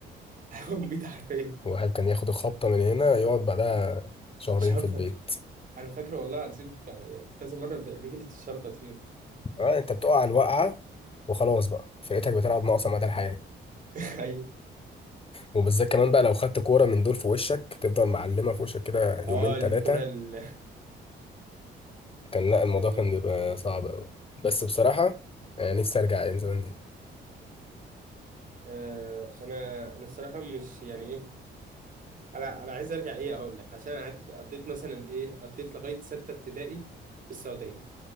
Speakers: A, on the right; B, on the left.
A: هقوم بيت حرفيا
B: الواحد كان ياخد الخبطة من هنا يقعد بعدها شهرين
A: يتشرفط
B: في البيت
A: انا فاكر والله العظيم كذا مره رجلي اتشرفط فيه <laughs>
B: آه انت بتقع على الوقعة وخلاص بقى فرقتك بتلعب ناقصة مدى الحياة
A: ايوه
B: وبالذات كمان بقى لو خدت كورة من دول في وشك تفضل معلمة في وشك كده
A: اه
B: يومين
A: الكوره
B: تلاتة
A: ال...
B: كان لا الموضوع
A: <laughs>
B: كان بيبقى صعب أوي بس بصراحة آه، نفسي أرجع أيام زمان دي
A: آه، انا انا الصراحه مش يعني ايه انا انا عايز ارجع ايه اقول لك عشان قعدت قضيت مثلا ايه قضيت لغايه سته ابتدائي في السعوديه